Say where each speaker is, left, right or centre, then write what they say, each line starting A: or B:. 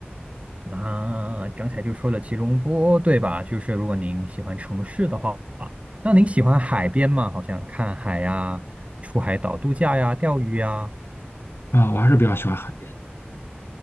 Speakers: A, on the right; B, on the left.
A: 那刚才就说了吉隆坡，对吧？就是如果您喜欢城市的话，那您喜欢海边吗？好像看海呀、出海岛度假呀、钓鱼呀。
B: 啊，我还是比较喜欢海边的。